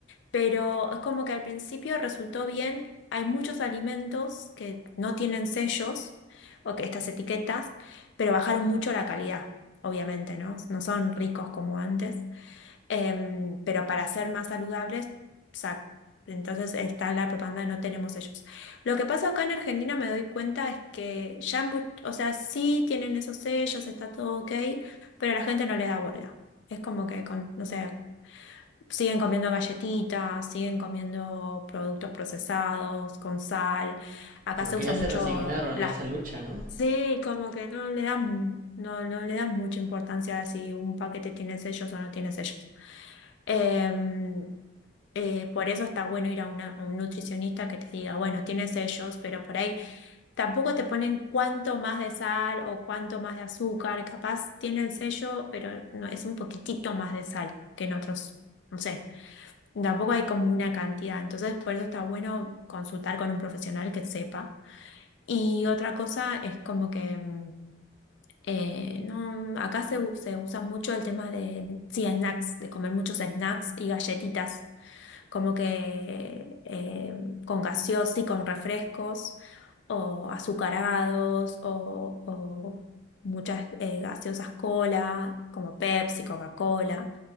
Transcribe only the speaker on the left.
pero es como que al principio resultó bien. Hay muchos alimentos que no tienen sellos o que estas etiquetas, pero bajaron mucho la calidad, obviamente, ¿no? No son ricos como antes, Em, pero para ser más saludables, sa- entonces está la propaganda de no tenemos sellos. Lo que pasa acá en Argentina me doy cuenta es que ya, mu- o sea, sí tienen esos sellos, está todo ok, pero la gente no le da bola. Es como que, con, no sé, Siguen comiendo galletitas, siguen comiendo productos procesados con sal. Acá
se
usa
mucho
las...
Sí, como que no le dan, no, no le dan mucha importancia a si un paquete tiene sellos o no tiene sellos. Eh, eh, por eso está bueno ir a, una- a un nutricionista que te diga, bueno, tiene sellos, pero por ahí tampoco te ponen cuánto más de sal o cuánto más de azúcar. Capaz tiene el sello, pero no, es un poquitito más de sal que en otros, no sé. Tampoco hay como una cantidad, entonces por eso está bueno consultar con un profesional que sepa. Y otra cosa es como que mm, eh, no, acá se, u- se usa mucho el tema de, sí, snacks, de comer muchos snacks y galletitas como que eh, con gaseos y con refrescos o azucarados o, o muchas eh, gaseosas cola, como Pepsi, Coca-Cola,